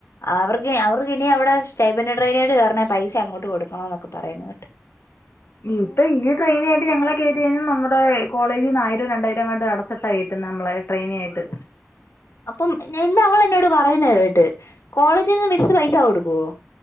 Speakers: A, on the left; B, on the left.
A: അവർക്ക് അവർക്ക് ഇനി അവിടെ സ്റ്റേബൻട്രയിനായിട്ട് കേർണെങ്കി പൈസ അങ്ങോട്ട് കൊടുക്കണന്നൊക്കെ പറയുന്ന കേട്ട്.
B: ഇപ്പൊ ഈ ട്രെയിനിയായിട്ട് ഞങ്ങളെ കേറ്റിയേനും നമ്മുടെ കോളേജിന്ന് ആയിരം രണ്ടായിരം എങ്ങാണ്ട് അടച്ചിട്ടാ കേറ്റുന്നെ നമ്മളെ. ട്രെയിനിയായിട്ട്.
A: അപ്പം ഞാൻ ഇന്ന് അവൾ എന്നോട് പറയുന്ന കേട്ട് കോളേജ് നിന്ന് മിസ്സ് പൈസ കൊടുക്കുവോ?